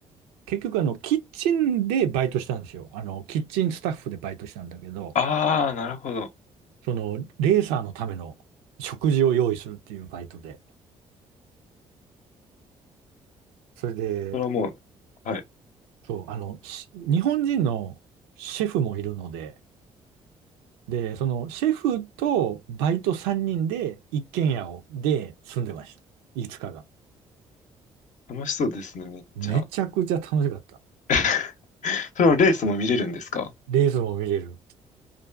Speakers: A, on the right; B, on the left.
A: 結局あの、キッチンでバイトしたんですよ。あの、キッチンスタッフでバイトしたんだけど、
B: ああ、なるほど。
A: その、レーサーのための食事を用意するっていうバイトで。それで、
B: それはもう、はい。
A: そう、あの、し日本人のシェフもいるので、で、そのシェフとバイト3人で一軒家を、で住んでました。いつ日が。
B: 楽しそうですね、めっちゃ。
A: めちゃくちゃ楽しかった。
B: <laughs> それはレースも見れるんですか
A: レースも見れる。